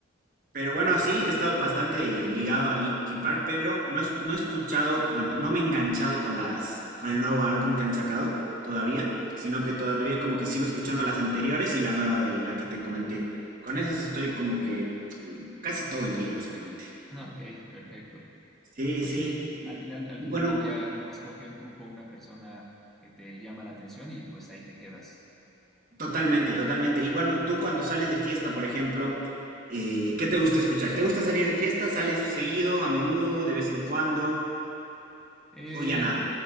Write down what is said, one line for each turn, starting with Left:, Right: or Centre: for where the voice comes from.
Right: Pero bueno, así he estado bastante ligado a Linkin Park, pero no, es- no he escuchado, bueno, no me he enganchado con las, con el nuevo álbum que han sacado todavía, sino que todavía como que sigo escuchando las anteriores y la nueva de la que te comenté. Con esas estoy como que casi todo el día, básicamente.
Centre: Ok, perfecto.
Right: Sí,
Centre: Pues
Right: sí.
Centre: sí, al final, al
Right: Y
Centre: final
Right: bueno,
Centre: del día uno escoge un grupo, una persona que te llama la atención y pues ahí te quedas.
Right: totalmente, totalmente. Y bueno, tú cuando sales de fiesta, por ejemplo, eh, ¿qué te gusta escuchar? ¿Te gusta salir de fiesta? ¿Sales seguido, a menudo, de vez en cuando?
Centre: Eh,
Right: ¿O ya nada?